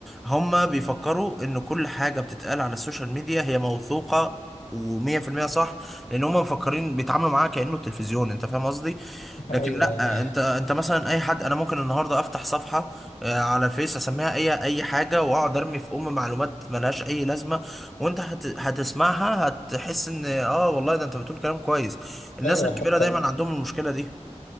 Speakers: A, in the centre; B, on the left.
A: هما بيفكروا ان كل حاجة بتتقال على السوشيال ميديا هي موثوقة ومية في المية صح لان هما مفكرين بيتعاملوا معاها كأنه التلفزيون انت فاهم قصدي
B: <laughs>
A: لكن
B: أيوه
A: لا
B: أيوه
A: انت انت مثلا اي حد انا ممكن النهاردة افتح صفحة آه، على فيس اسميها اي اي حاجة واقعد ارمي في ام معلومات ملهاش اي لازمة وانت هت... هتسمعها هتحس ان اه والله ده انت بتقول كلام كويس الناس
B: أيوه
A: الكبيرة
B: حتى
A: دايما عندهم المشكلة دي